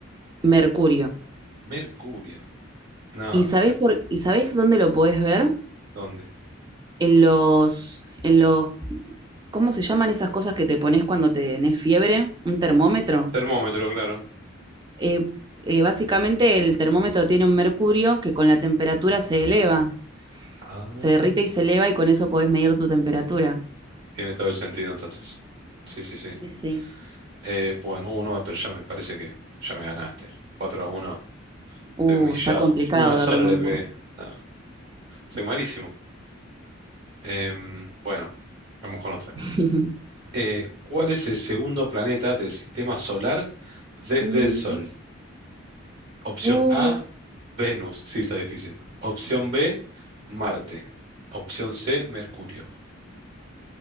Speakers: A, on the right (about 20°); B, on the right (about 60°).
A: Mercurio.
B: Mercurio. No,
A: ¿Y
B: pero
A: sabés por, y sabés dónde lo podés ver?
B: ¿dónde?
A: En los, en los, ¿cómo se llaman esas cosas que te pones cuando tenés fiebre? ¿Un termómetro?
B: Termómetro, claro.
A: Eh, eh, básicamente el termómetro tiene un mercurio que con la temperatura se eleva,
B: Ah,
A: se derrite y se eleva y con eso podés medir tu temperatura.
B: tiene todo el sentido entonces. Sí, sí, sí.
A: Sí, sí.
B: Eh, bueno, uno, pero ya me parece que ya me ganaste. cuatro a uno. estoy
A: Uh,
B: humillado.
A: está complicado
B: Una sola
A: de remontar.
B: le pegué. No, soy malísimo. Em, bueno, vamos con otra.
A: <laughs>
B: Eh, ¿cuál es el segundo planeta del sistema solar desde
A: Mm,
B: el Sol? Opción
A: mm.
B: A, Venus. Sí, está difícil. Opción B, Marte. Opción C, Mercurio.